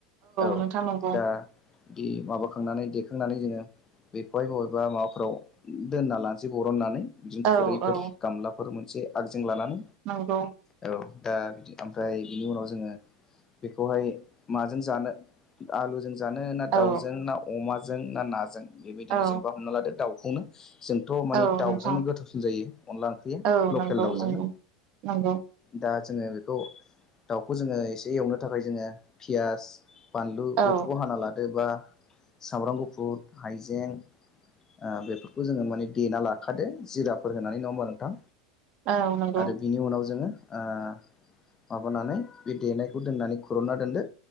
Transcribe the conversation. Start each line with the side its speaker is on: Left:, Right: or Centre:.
Left: औ
Right: नोंथां नंगौ
Left: दा। माबाखांनानै देखांनानै जोङो बेखौहाय बबेबा माबा फोराव दोनना लानोसै बरननानै बिदिनो
Right: औ
Left: खुरैफोर
Right: औ
Left: गामलाफोर मोनसेग जों लानानै
Right: नंगौ
Left: औ। दा बि ओमफ्राय बिनि उनाव जोङो बेखौहाय माजों जानो आलु जों जानो ना
Right: औ
Left: दाउजों ना अमाजों ना नाजों बेबायदिनो
Right: औ
Left: जेनबा हमना लादो दाउखौनो। जोंथ' मानिे
Right: औ
Left: दाउजोंनो
Right: नोंथां
Left: गोथावसिन जायो। अनला ओंख्रियो
Right: औ
Left: लकेल
Right: नंगौ
Left: दाउजोंनो
Right: नंगौ नंगौ
Left: दा जोङो बेखौ दाउखौ जोङो एसे एवनो थाखाय जोङो पियास बानलु
Right: औ
Left: बेफोरखौ हाना लादो बा सामब्राम गुफुर हाइजें ओ बेफोरखौ जोङो माने देना लाखादो जिराफोर होनानै नङा होमबा नोंथां
Right: औ नंगौ
Left: आरो बिनि उनाव जोङो ओ माबानानै बे देनायखौ दोननानै खुर'ना दोनदो।